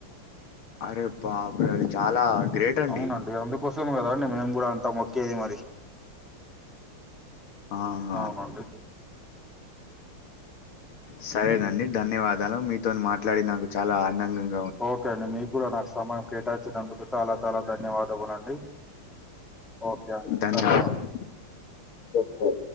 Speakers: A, on the left; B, in the centre.
A: అరే బాప్రే అది చాలా గ్రేట్ అండి
B: అవునండి అందుకోసం కదాండి మేము కూడా అంతా మొక్కేది మరి
A: ఆహ
B: అవునండి
A: సరేనండి ధన్యవాదాలు మీతోన్ మాట్లాడి నాకు చాలా ఆందంగు
B: ఓకే అండి మీగ్గూడా నాక్ సమయం కేటాయించినందుకు చాలా చాలా ధన్యవాదములండి ఓకే అండ్
A: ధన్యవాదాలు
B: ధన్యవాదు
A: ఓకే